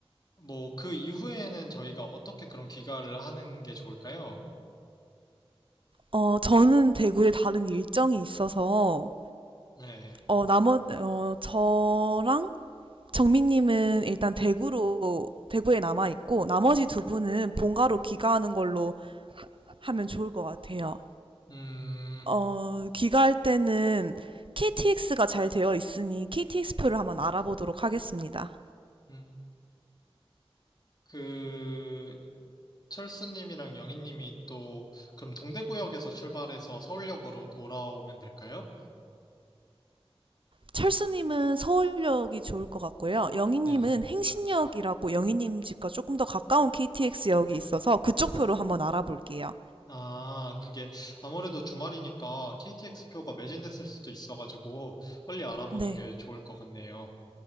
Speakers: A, on the left; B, on the right.
A: 뭐 그 이후에는 저희가 어떻게 그런 귀가를 하는 게 좋을까요?
B: 어, 저는 대구에 다른 일정이 있어서,
A: 네.
B: 어, 나머, 어, 저랑 정민님은 일단 대구로, 대구에 남아있고, 나머지 두 분은 본가로 귀가하는 걸로 하면 좋을 것 같아요.
A: 음,
B: 어, 귀가할 때는 KTX가 잘 되어 있으니 KTX표를 한번 알아보도록 하겠습니다.
A: 음, 그, 철수님이랑 영희님이 또, 그럼 동대구역에서 출발해서 서울역으로 돌아오면 될까요?
B: 철수님은 서울역이 좋을 것 같고요. 영희님은
A: 네.
B: 행신역이라고 영희님 집과 조금 더 가까운 KTX역이 있어서 그쪽 표로 한번 알아볼게요.
A: 아, 그게 아무래도 주말이니까 KTX 표가 매진됐을 수도 있어가지고 빨리 알아보는
B: 네.
A: 게 좋을 것 같네요.